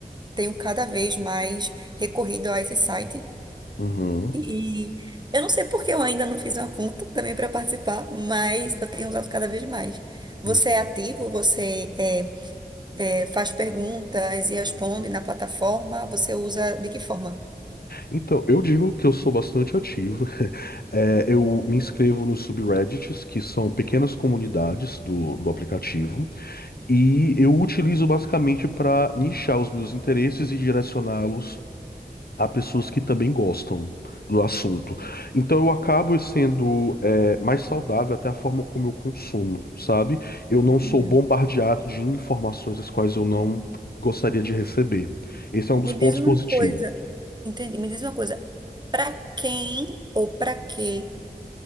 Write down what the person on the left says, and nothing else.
uhum,
uhum.
Então, eu digo que eu sou bastante ativo. <laughs> É, eu me inscrevo nos subreddits, que são pequenas comunidades do, do aplicativo, e eu utilizo basicamente para nichar os meus interesses e direcioná-los a pessoas que também gostam do assunto. Então, eu acabo sendo, é, mais saudável até a forma como eu consumo, sabe? Eu não
sou bombardeado de informações as quais eu não gostaria de receber. Esse é um dos
pontos
positivos.